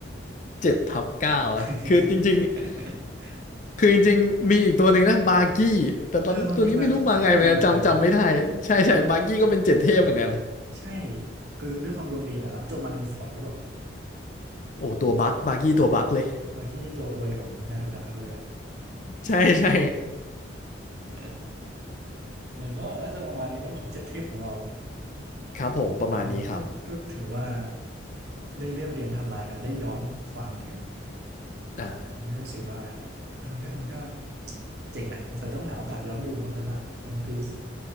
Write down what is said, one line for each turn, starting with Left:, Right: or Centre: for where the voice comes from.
Left: เจ็ดทับเก้านะคือจริง
Right: <laughs>
Left: ๆคือจริงๆมีอีกตัวหนึ่งนะบาร์กี้แต่ตอนตัวนี้ไม่รู้มาไงเหมือนกันจำจำไม่ได้ใช่ใช่บาร์กี้ก็เป็นเจ็ดเทพเหมือนกัน
Right: เออความจริงบาร์กี้ก็ได้มาเหมือนกัน ใช่คือด้วยความดวงดีแหละหลังจบมารินฟอร์ดหรือเปล่า
Left: โอ้ตัวบั๊กบาร์กี้ตัวบั๊กเลย
Right: บาร์กี้นี่ตัวอวยของอาจารย์โอดะเขาเลยแหละ
Left: ใช่ใช่
Right: <laughs> เออก็น่าจะประมาณนี้มั้งของเจ็ดเทพของเรา
Left: ครับผมประมาณนี้ครับ
Right: เออก็ก็ถือว่าได้เรียบเรียงไทำลายกันได้ย้อนความเนียน
Left: อ่า
Right: ทำให้รู้สึกว่าเออเรื่องมันก็เจ๋งนะสงสัยต้องหาโอกาสย้อนดูบ้างแล้วล่ะ One Piece